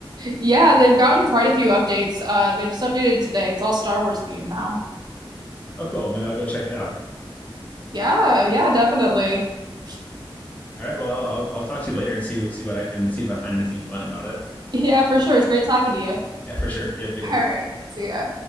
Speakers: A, on the right; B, on the left.
A: Yeah, they've gotten quite a few updates. Uh, they just updated today. It's all Star Wars themed now.
B: Oh, cool. Maybe I'll go check it out.
A: Yeah, yeah, definitely. <laughs>
B: All right. Well, I'll I'll, I'll talk to you later and see see what I can see if I find anything fun about it.
A: Yeah, for sure. It's great talking to you.
B: Yeah, for sure. You have a good day.
A: All
B: Bye.
A: right. See ya.